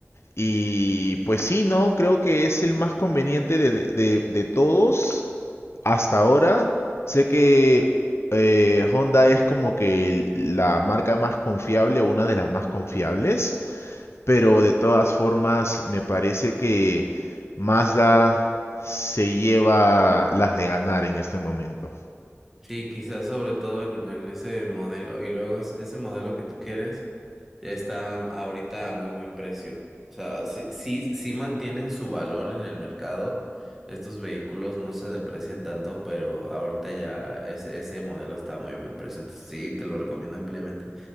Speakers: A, on the left (about 65°); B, in the centre.
A: y pues sí, ¿no? Creo que es el más conveniente de, de- de- de todos hasta ahora. Sé que eh, Honda es como que el- la marca más confiable, una de las más confiables, pero de todas formas me parece que Mazda se lleva las de ganar en este momento.
B: Sí, quizás sobre todo en, en ese modelo. Y luego es ese modelo que tú quieres. Está ahorita a muy buen precio. O sea, sí, sí, sí mantienen su valor en el mercado. Estos vehículos no se deprecian tanto, pero ahorita ya ese, ese modelo está a muy buen precio. Entonces sí, te lo recomiendo ampliamente.